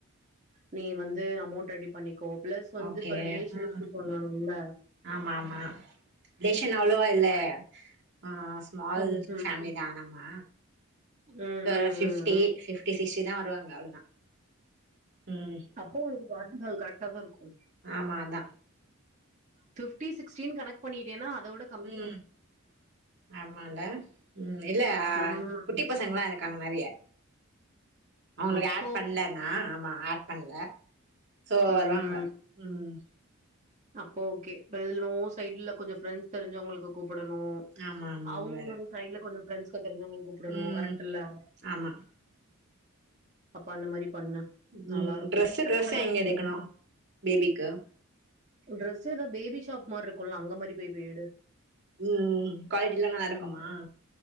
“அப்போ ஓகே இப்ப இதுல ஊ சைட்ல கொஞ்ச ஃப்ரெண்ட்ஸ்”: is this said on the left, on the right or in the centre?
Right